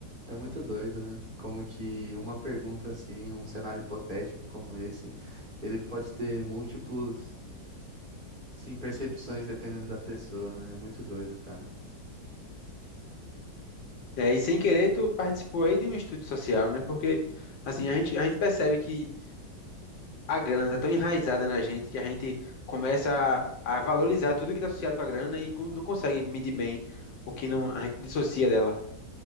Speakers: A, on the right; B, on the left.
A: É muito doido, né? Como que uma pergunta assim, um cenário hipotético como esse, ele pode ter múltiplos, sim, percepções dependendo da pessoa, né? É muito doido, cara.
B: É, e sem querer, tu participou aí de um estudo social, né? Porque, assim, a gente, a gente percebe que a grana tá tão enraizada na gente que a gente começa a, a valorizar tudo que tá associado com a grana e com- não consegue medir bem o que não, a gente dissocia dela.